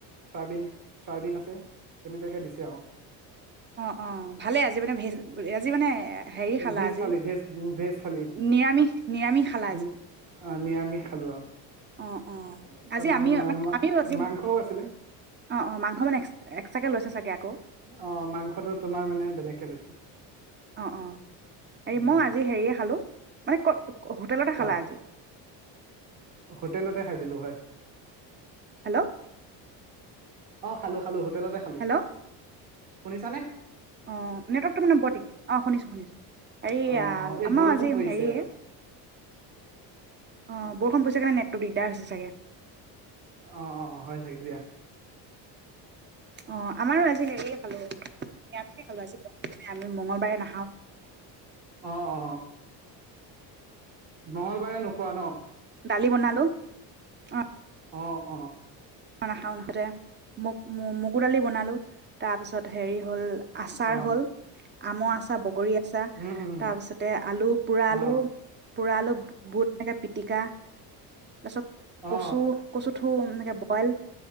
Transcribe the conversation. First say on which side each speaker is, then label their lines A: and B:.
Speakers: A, on the right; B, on the right.
A: চয়াবিন চয়াবিন আছে তেনেকুৱাকে দিছে আৰু
B: অ অ ভালেই আজি মানে আজি মানে। হেৰি খালা
A: ভেজ
B: আজি
A: থালি ভেজ ভেজ থালি
B: নিৰামিষ নিৰামিষ খালা আজি
A: উ নিৰামিষ খালো।
B: অ
A: <inaudible>
B: অ আজি
A: মা
B: আমি মানে আমিও আজি
A: মাংসও আছিলে
B: অ অ মাংস মানে এক্স এক্সট্ৰাকে লৈছে চাগে আকৌ
A: অ মাংসটো তোমাৰ মানে বেলেগকে লৈছো
B: অ' অ' হেৰি
A: উম
B: মই আজি হেৰিয়ে খালো মানে কত হোটেলতে
A: কোৱা
B: খালা আজি।
A: হোটেলতে খাই দিলোঁ হয়।
B: হেল্ল'!
A: অ খালো খালো হো! হোটেলতে খালো।
B: হেল্ল'
A: শুনিছা নে?
B: অ নেটৱৰ্ক তটো মানে বৰিক অ শুনিছো শুনিছো। এয়া
A: অ অ এই
B: আমাৰ
A: বৰষুণ
B: আজি
A: পৰিছে
B: হেৰীয়ে
A: ইয়াতো
B: অ বৰষুণ পইছে কাৰণে ন, টো দিদা হৈছে। চাগে
A: অ অ হয় চাগে দিয়া
B: অ আমাৰো আজি হেৰীয়ে খালোঁ নিৰামিশে খালোঁ আজি আমি মঙ্লবাৰে ন
A: অহ' অ'। মঙলবাৰে নোখোৱা ন?
B: দালি বনালোঁ অ'
A: অ', অ'।
B: <unintelligible> নাখাওঁ মুঠাতে ম-মগুৰ দালি বনালোঁ তাৰপিছত হেৰি হ'ল আচাৰ
A: অ
B: হ'ল আমৰ আচাৰ, বগৰী চা,
A: উম উম
B: তাৰপিছতে আলু, পোৰাআলু
A: অ
B: পোৰাআলু, বুট এনেকে পিটিকা তাছত কচু,
A: অ
B: কচু ঠো ল